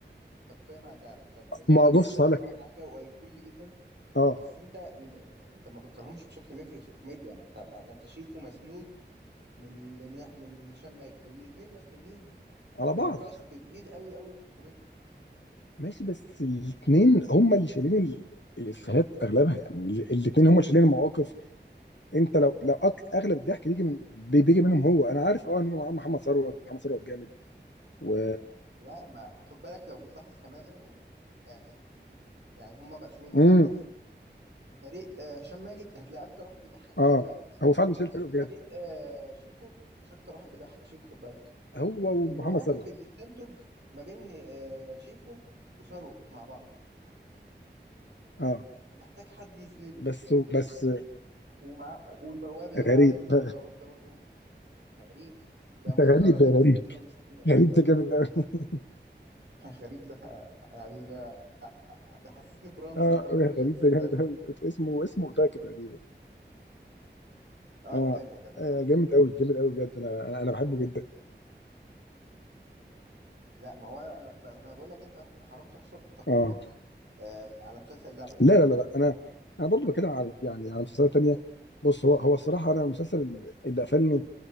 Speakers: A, on the right; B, on the left.
A: انت بتقيم على اللعبه طب اللعبه
B: ما
A: جامد
B: بص لك
A: وكل حاجه وايقوني جدا
B: اه
A: بس انت انت انت ما بتكرهمش بشكل مفرط في كوميديا ما انت ما ما انت شيكو مسنود من من من, من هشام ماجد والاثنين مسنودين
B: على
A: من
B: بعض
A: كاست تقيل قوي قوي في الكوميديا
B: ماشي بس الاثنين هم اللي شايلين ال... الافيهات اغلبها يعني الاثنين هم اللي شايلين المواقف انت لو لو أك- اغلب الضحك بيجي من بي- بيجي منهم هو انا عارف اه ان هم معاهم محمد ثروت محمد ثروت جامد و
A: لا ما خد بالك لو بتلاحظ كمان يعني يعني هما مقسومين مثلا
B: امم
A: فريقين في فريق آه، هشام ماجد هتلاقي اكتر واحد بيضحك
B: اه
A: هشام ماجد
B: هو فعلا شايل فريقه
A: في
B: بجد
A: فريق آه، شيكو مش اكتر واحد بيضحك شيكو خد بالك
B: هو ومحمد
A: المواقف
B: ثروت
A: اللي بتنتج ما بين آه، شيكو وثروت مع بعض
B: اه
A: فمحتاج حد يسنده
B: بس بس
A: ومع والبواب اللي هو
B: غريب
A: عامل دور
B: <laughs>
A: البواب ده برضو غريب ده
B: انت
A: مسخرة
B: غريب
A: ده
B: يا غريب
A: بيسند هنا وبيسند هنا
B: غريب ده جامد قوي
A: <laughs> غريب ده يعني ما بيحسسني
B: <laughs>
A: برمزي
B: اه
A: كده في
B: غريب
A: راجل ست ستات
B: ده جامد قوي اسمه اسمه اوتاكا تقريبا
A: اه
B: اه
A: وتاكا جدع
B: آه،
A: صح
B: جامد قوي جامد قوي بجد انا انا أنا بحبه جدا
A: لا ما هو انا ب- ما انا بقول لك انت حرام تحصر تقييمك
B: اه
A: آه على مسلسل لبس
B: لا لا لا لا، انا انا برضو بتكلم عن يعني على مسلسلات تانية بص هو هو الصراحه انا المسلسل اللي قفلني